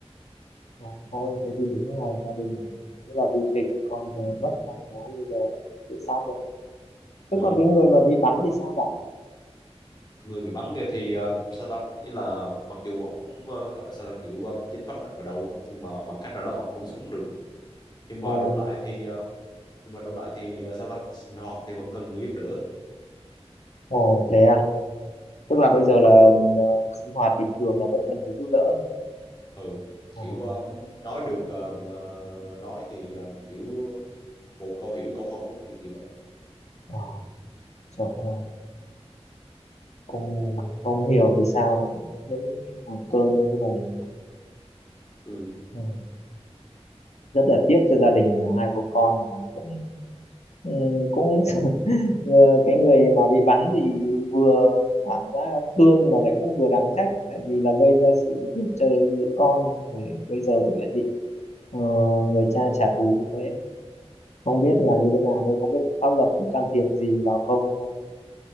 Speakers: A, on the left (about 85°); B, on the left (about 40°).
A: dạ, ôi thế thì đúng là gia đình rất là bi kịch con vừa mất xong bố bây giờ lại tự sát luôn thế
B: ừ
A: còn cái người mà bị bắn thì sao bạn
B: người bị bắn kia thì ờ, sao ta ý là mặc dù ổng ờ, gọi là sao ta kiểu ờ, chính phát nặng vào đầu á nhưng mà bằng cách nào đó ổng vẫn sống được nhưng mà
A: ồ
B: đấu lại thì ờ, nhưng mà đấu lại thì ờ, sao ta sinh hoạt thì vẫn cần người giúp đỡ
A: ồ thế à tức là bây giờ là ờ, sinh hoạt bình thường là vẫn cần người giúp đỡ này.
B: ừ
A: ồ
B: kiểu ờ, nói được ờ, ờ, nói thì ờ, kiểu một câu hiểu câu không kiểu kiểu vậy
A: ờ, trời ơi cũng không hiểu vì sao mà lại dẫn đến nguồn cơn đến cái này
B: ừ
A: ừ. rất là tiếc cho gia đình hai bố con và cũng ừ, cũng <laughs> ờ, cái người mà bị bắn thì vừa cảm giác thương mà lại cũng vừa đáng trách tại vì là gây ra sự việc chơi đứa con rồi lại bây giờ thì lại bị ờ, người cha trả thù như thế không
B: ừ.
A: biết là như thế nào đây không biết pháp luật có can thiệp gì vào không đây